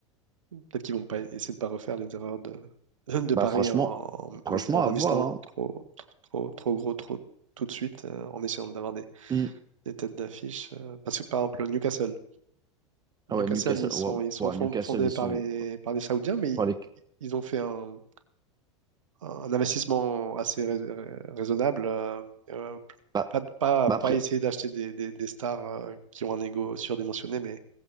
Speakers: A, on the right (about 80°); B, on the right (about 25°).
A: peut-être qu'ils vont pas essayer de pas refaire les erreurs de, <laughs> de Paris
B: Bah franchement,
A: en, en,
B: franchement,
A: mettant- en
B: à
A: investissant
B: voir. hein.
A: trop, trop, trop, trop gros, trop tout de suite, euh, en essayant d'avoir des,
B: Hmm.
A: des têtes d'affiche. euh, parce que par exemple, Newcastle. Newcastle,
B: Ah ouais, Newcastle,
A: ils sont,
B: wow.
A: ils sont
B: Wow,
A: fond-
B: Newcastle,
A: fondés
B: ils
A: par
B: sont.
A: les, par les Saoudiens, mais ils,
B: Bah, les-
A: ils ont fait un, un investissement assez rais- euh, raisonnable. euh, euh,
B: bah-
A: pas, pas,
B: bah
A: pas
B: après,
A: essayer d'acheter des, des- des stars euh, qui ont un ego surdimensionné, mais